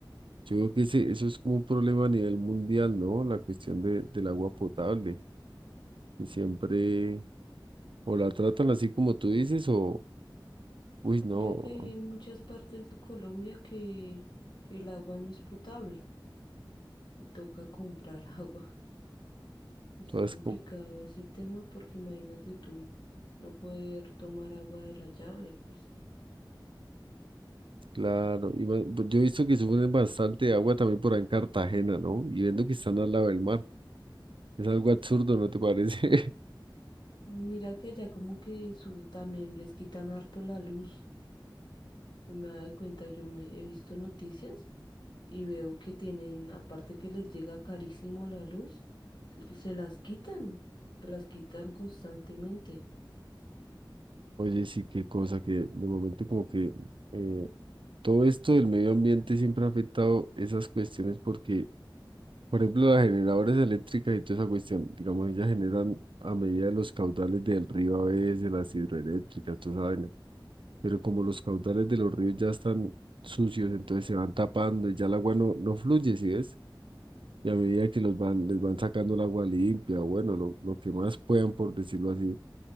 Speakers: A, on the right; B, on the left.
A: yo creo que ese- eso es como un problema a nivel mundial, ¿no? La cuestión de, del agua potable, que siempre o la tratan así como tú dices, o, uy, no,
B: Mira que hay en muchas partes de Colombia que el agua no es potable y toca comprar <laughs> agua. Es
A: todas
B: complicado
A: como,
B: ese tema porque imagínate tú no poder tomar agua de la llave, pues.
A: claro. y ma- pues yo he visto que sufren bastante de agua también por ahí en Cartagena, ¿no? Y viendo que están al lado del mar. Es algo absurdo, ¿no te parece? <laughs>
B: Mira que allá como que su, también les quitan harto la luz. Yo me he dado cuenta, yo me he visto noticias y veo que tienen, aparte que les llega carísimo la luz, se, se las quitan, se las quitan constantemente.
A: Oye, sí, qué cosa que de momento como que eh, todo esto del medio ambiente siempre ha afectado esas cuestiones porque Por ejemplo, las generadoras eléctricas y toda esa cuestión, digamos, ellas generan a medida de los caudales del río a veces, de las hidroeléctricas, toda esa vaina. Pero como los caudales de los ríos ya están sucios, entonces se van tapando y ya el agua no, no fluye, ¿sí ves? Y a medida que los van, les van sacando el agua limpia, o bueno, lo, lo que más puedan, por decirlo así,